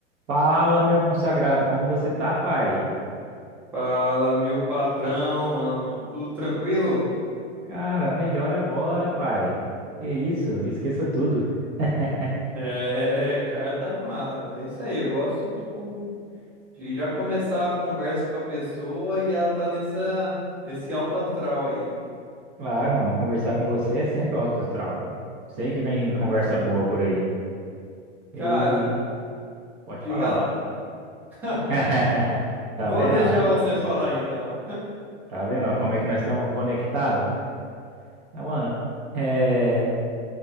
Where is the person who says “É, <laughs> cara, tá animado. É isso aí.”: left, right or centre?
Centre